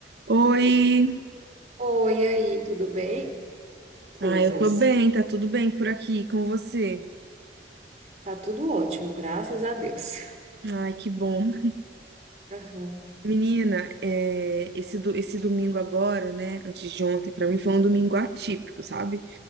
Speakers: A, on the right; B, on the right.
A: Oi!
B: Oi, e aí, tudo bem? Coisas.
A: Ah, eu tô bem, tá tudo bem por aqui com você?
B: Tá tudo ótimo, graças a Deus.
A: Ai, que bom.
B: Aham.
A: Menina, é, esse, do, esse domingo agora, né, antes de ontem, pra mim foi um domingo atípico, sabe?